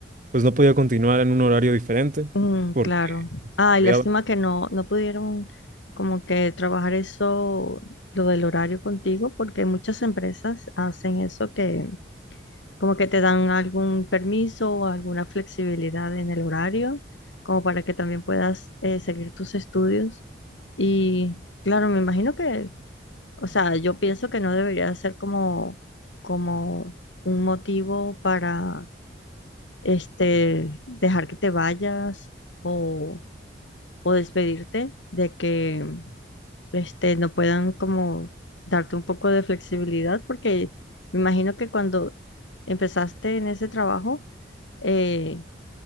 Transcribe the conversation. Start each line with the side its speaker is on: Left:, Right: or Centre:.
Right: pues no podía continuar en un horario diferente
Left: Mm,
Right: porque
Left: claro. Ay,
Right: había...
Left: lástima que no, no pudieron como que trabajar eso, lo del horario contigo, porque muchas empresas hacen eso que como que te dan algún permiso o alguna flexibilidad en el horario, como para que también puedas eh, seguir tus estudios. Y claro, me imagino que, o sea, yo pienso que no debería ser como, como un motivo para este, dejar que te vayas o o despedirte de que este, no puedan como darte un poco de flexibilidad, porque me imagino que cuando empezaste en ese trabajo, eh,